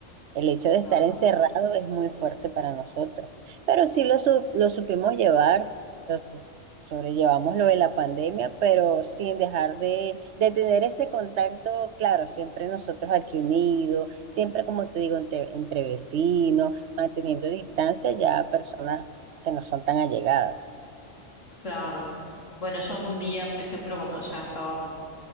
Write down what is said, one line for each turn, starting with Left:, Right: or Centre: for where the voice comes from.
Right: El hecho de
Left: Claro.
Right: estar encerrado es muy fuerte para nosotros, pero sí lo, su- lo supimos llevar, lo su- sobrellevamos lo de la pandemia, pero sin dejar de, de tener ese contacto, claro, siempre nosotros aquí unidos, siempre como te digo, entre, entre vecinos, manteniendo distancia ya a personas que no son tan allegadas.
Left: Claro. Bueno, yo un día, por ejemplo, cuando ya estaba como